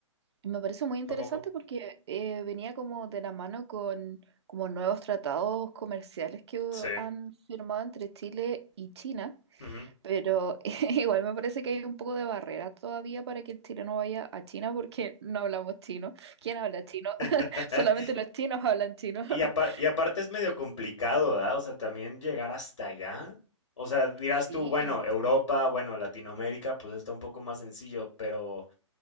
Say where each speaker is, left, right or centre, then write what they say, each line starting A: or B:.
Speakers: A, on the right; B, on the left.
A: Y me parece muy interesante
B: ¿a poco?
A: porque eh, venía como de la mano con como nuevos tratados comerciales que
B: Sí.
A: han firmado entre Chile y China
B: ujú.
A: Pero <laughs> igual me parece que hay un poco de barrera todavía para que el chileno vaya a China porque <laughs> no hablamos chino. ¿Quién habla chino? <laughs>
B: <laughs>
A: Solamente los chinos hablan chino. <laughs>
B: Y, apa- y aparte es medio complicado, ¿verdad? O sea, también llegar hasta allá. O sea, dirás
A: Sí,
B: tú, bueno, Europa, bueno, Latinoamérica, pues está un poco más sencillo, pero